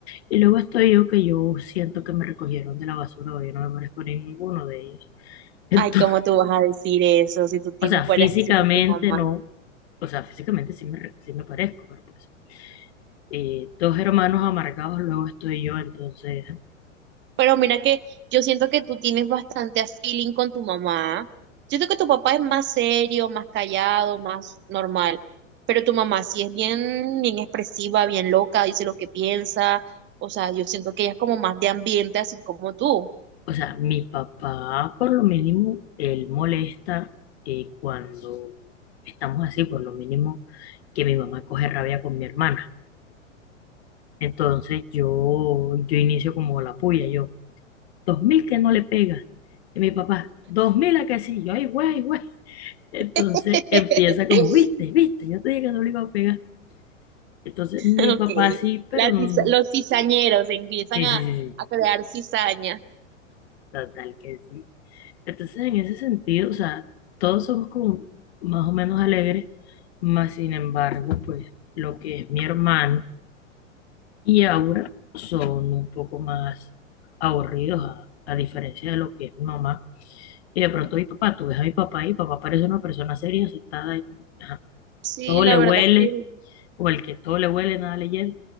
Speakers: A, on the left; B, on the right.
A: Y luego estoy yo que yo siento que me recogieron de la basura o yo no me parezco a ninguno de ellos. Entonces,
B: Ay, ¿cómo
A: <laughs>
B: tú vas a decir eso si tú tienes
A: o sea,
B: varias
A: físicamente
B: cosas con tu mamá?
A: no. O sea, físicamente sí me, re- sí me parezco, pero pues. eh, dos hermanos amargados, luego estoy yo, entonces.
B: Pero mira que yo siento que tú tienes bastante feeling con tu mamá. Yo siento que tu papá es más serio, más callado, más normal, pero tu mamá sí es bien, bien expresiva, bien loca, dice lo que piensa. O sea, yo siento que ella es como más de ambiente, así como tú.
A: O sea, mi papá, por lo mínimo, él molesta eh, cuando estamos así, por lo mínimo, que mi mamá coge rabia con mi hermana. Entonces yo, yo inicio como la puya, yo, dos mil que no le pega. Y mi papá, dos mil a que sí, yo, ay, güey, ay, güey. Entonces
B: <laughs>
A: empieza como, viste, viste, yo te dije que no le iba a pegar. Entonces mi
B: Ok.
A: papá sí, pero
B: Las
A: mm,
B: ciza- los cizañeros empiezan
A: sí,
B: a,
A: sí, sí, sí,
B: a crear cizaña.
A: total que sí. Entonces, en ese sentido, o sea, todos somos como más o menos alegres, más sin embargo, pues lo que es mi hermano y Aura son un poco más aburridos, a, a diferencia de lo que es mi mamá. Y de pronto mi papá, tú ves a mi papá y mi papá parece una persona seria, sentada y como que, ajá,
B: Sí,
A: todo
B: la
A: le
B: verdad
A: huele,
B: es que
A: o el que todo le huele, nada le llega.